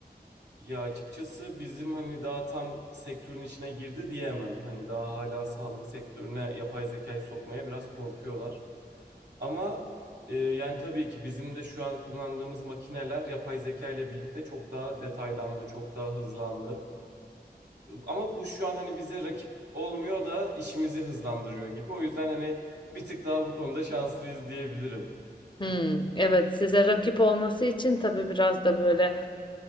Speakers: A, on the right; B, on the left.
A: Ya açıkçası bizim hani daha tam sektörün içine girdi diyemem. Hani daha hala sağlık sektörüne yapay zekayı sokmaya biraz korkuyorlar. Ama e, yani tabii ki bizim de şu an kullandığımız makineler yapay zeka ile birlikte çok daha detaylandı, çok daha hızlandı. Ama bu şu an hani bize rakip olmuyor da işimizi hızlandırıyor gibi. O yüzden hani bir tık daha bu konuda şanslıyız diyebilirim.
B: Hmm, evet size rakip olması için tabii biraz da böyle